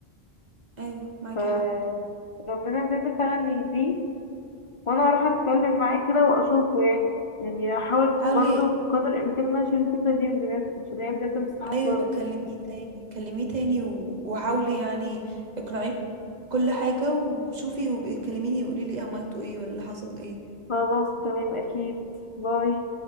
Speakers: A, on the right; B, on the left.
A: ايوه معاكي
B: ف
A: حق
B: ربنا بجد فعلا يهديه وانا اروح اتكلم معاه كده واشوفه يعني يعني احاول
A: حاولي
B: برضه بقدر الامكان ان انا اشيل الفكره دي من دماغي عشان هي بجد مستحيله
A: ايوه
B: خالص
A: كلميه تاني كلميه تاني و- وحاولي يعني اقنعيه بكل حاجة وشوفي وبقي كلميني وقولي لي ايه عملتوا ايه ولا حصل ايه
B: خلاص تمام أكيد باي